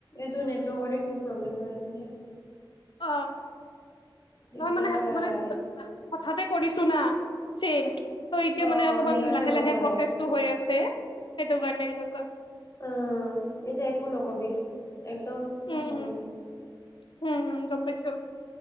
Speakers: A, on the left; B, on the left.
A: এইটো নেটৱৰ্কৰে কিবা প্ৰব্লেম হৈ আছিলে।
B: অ',
A: দিগদাৰ
B: নহয় মানে মানে <unintelligible> হঠাতে কৰিছো না, চেঞ্জ ত' এতিয়া
A: অ
B: মানে অকমান
A: সেইকাৰণে
B: লাহে
A: হ'ব
B: লাহে
A: পাৰে
B: প্ৰচেচ টো হৈ আছে সেইটো কাৰণে সেনেকুৱা।
A: অ', এতিয়া একো নকবি একদম
B: উম,
A: অসমীয়া
B: উম, উম, উম গ'ম পাইছো